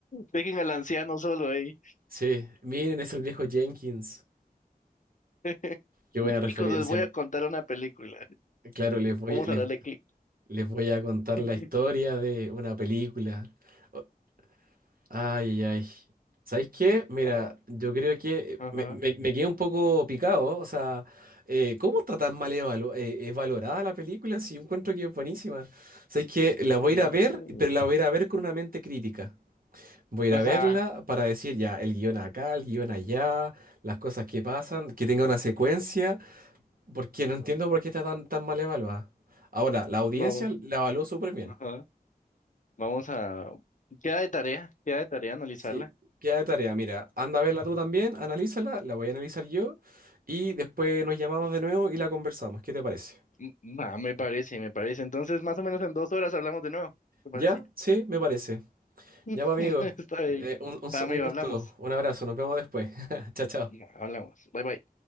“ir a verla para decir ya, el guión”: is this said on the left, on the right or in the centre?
Right